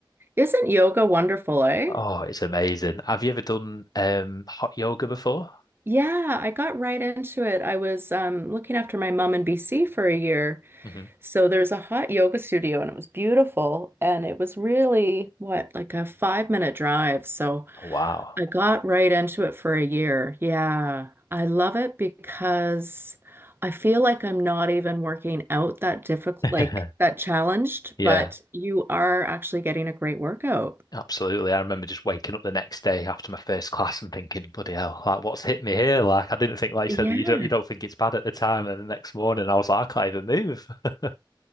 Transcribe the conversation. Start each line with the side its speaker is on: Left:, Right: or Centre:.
Right: Isn't yoga wonderful, eh?
Left: Oh, it's amazing. Have you ever done um hot yoga before?
Right: Yeah, I got right into it. I was um, looking after my mom in BC for a year.
Left: hmm
Right: So there's a hot yoga studio and it was beautiful. And it was really, what, like a five minute drive. So
Left: Oh, wow.
Right: I got right into it for a year. Yeah, I love it because I feel like I'm not even working out that difficult,
Left: <laughs>
Right: like that challenged,
Left: Yeah,
Right: but you are actually getting a great workout.
Left: absolutely. I remember just waking up the next day after my first class and thinking, bloody hell, like what's hit me here? Like I didn't think, like
Right: Yeah.
Left: you said, that you don't you don't think it's bad at the time, and the next morning I was like, I can't even move. <laughs>